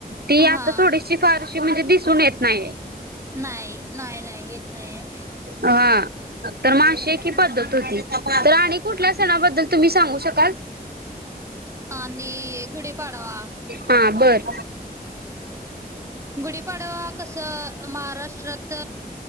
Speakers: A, on the right; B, on the right.
A: ती
B: हा
A: आता थोडीशी फारशी म्हणजे दिसून येत नाहीये.
B: नाही, नाही नाही येत नाही आहे.
A: हा तर म अशी पद्धत होती तर आणि कुठल्या सणाबद्दल तुम्ही सांगू शकाल
B: आणि गुढीपाडवा
A: हा बरं.
B: गुढीपाडवा कसं महाराष्ट्रात